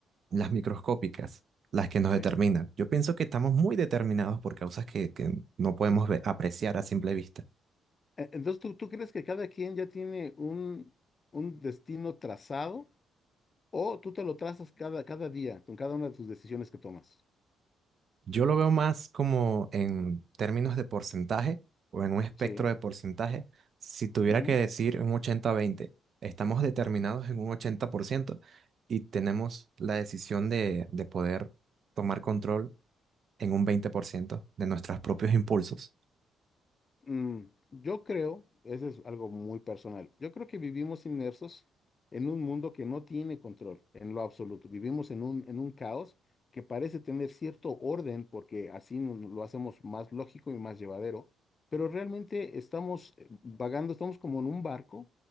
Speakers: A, on the right; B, on the left.
A: las microscópicas, las que nos
B: sí.
A: determinan. Yo pienso que estamos muy determinados por causas que, que no podemos ve- apreciar a simple vista.
B: E- Entonces, ¿tú, tú crees que cada quien ya tiene un, un destino trazado o tú te lo trazas cada, cada día con cada una de tus decisiones que tomas?
A: Yo lo veo más como en términos de porcentaje o en un espectro
B: Sí.
A: de porcentaje. Si tuviera
B: Ujú.
A: que decir un 80-20, estamos determinados en un 80% y tenemos la decisión de, de poder tomar control en un 20% de nuestros propios impulsos.
B: Mm, yo creo, eso es algo muy personal, yo creo que vivimos inmersos en un mundo que no tiene control en lo absoluto. Vivimos en un, en un caos que parece tener cierto orden porque así nos- lo hacemos más lógico y más llevadero, pero realmente estamos eh, vagando, estamos como en un barco,